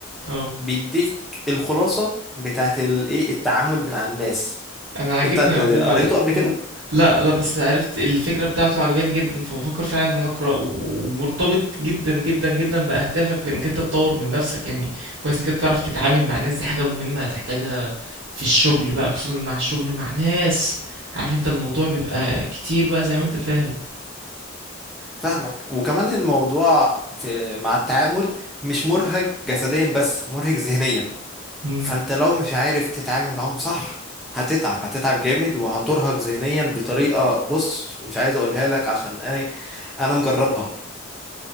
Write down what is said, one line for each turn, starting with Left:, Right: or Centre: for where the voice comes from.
Right: اه
Centre: بيديك الخلاصة بتاعت الايه التعامل بتاع الناس
Right: انا عاجبني
Centre: انت آه،
Right: عموما
Centre: قريته قبل كده
Right: آه. لا لا بس عرفت الفكرة بتاعته عجباني جدا فبفكر فعلا ان انا اقرأه ومرتبط جدا جدا جدا باهدافك في انك انت تطور من نفسك يعني كويس انك انت تعرف تتعامل مع الناس دي حاجة مهمة هتحتاجها في الشغل بقى خصوصا مع الشغل مع ناس عارف انت الموضوع بيبقى كتير بقى زي ما انت فاهم
Centre: فاهمك وكمان الموضوع في مع التعامل مش مرهق جسديا بس مرهق ذهنيا
Right: مم.
Centre: فانت لو مش عارف تتعامل معاهم صح هتتعب هتتعب جامد وهترهق ذهنيا بطريقة بص مش عايز اقولها لك عشان انا انا مجربها